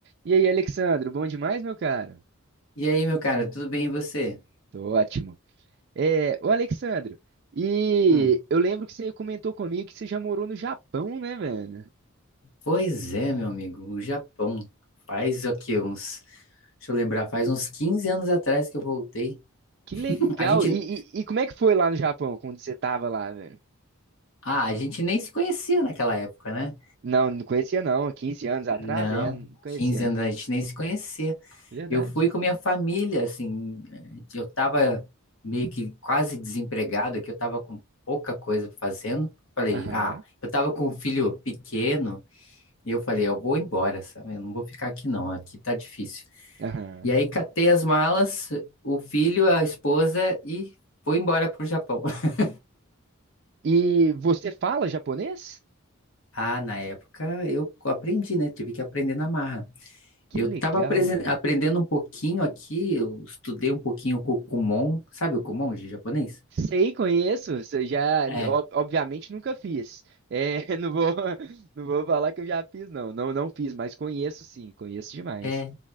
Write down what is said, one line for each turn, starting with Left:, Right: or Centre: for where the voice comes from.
Right: E aí, Alexandro, bom demais, meu caro?
Left: E aí, meu cara, tudo bem e você?
Right: Tô ótimo. É, ô Alexandro, e
Left: Hum,
Right: eu lembro que você comentou comigo que você já morou no Japão, né, velho?
Left: pois é, meu amigo, o Japão. Faz o quê? Uns. Deixa eu lembrar, faz uns 15 anos atrás que eu voltei. <laughs>
Right: Que legal!
Left: A gente.
Right: E, e- e como é que foi lá no Japão, quando você tava lá, velho?
Left: Ah, a gente nem se conhecia naquela época, né?
Right: Não, não conhecia não, 15 anos atrás,
Left: Não,
Right: é, não conhecia
Left: 15
Right: não.
Left: anos a gente nem se conhecia.
Right: Verdade.
Left: Eu fui com minha família, assim. eh, Eu tava meio que quase desempregado, que eu tava com pouca coisa fazendo. Falei,
Right: Aham,
Left: ah, eu tava com um filho pequeno. E eu falei, eu vou embora, sabe? Eu não vou ficar aqui não, aqui tá difícil.
Right: aham.
Left: E aí catei as malas, o filho, a esposa e fui embora pro Japão. <laughs>
Right: E você fala japonês?
Left: Ah, na época eu aprendi, né? Tive que aprender na marra.
Right: Que
Left: Eu
Right: legal,
Left: tava apresen- aprendendo um pouquinho aqui, eu estudei um pouquinho com o Kumon, sabe o Kumon de japonês?
Right: Sei, conheço. se Já,
Left: É,
Right: ob- obviamente, nunca fiz. É, <laughs> não vou, não vou falar que eu já fiz, não. Não, não fiz, mas conheço sim, conheço demais.
Left: é.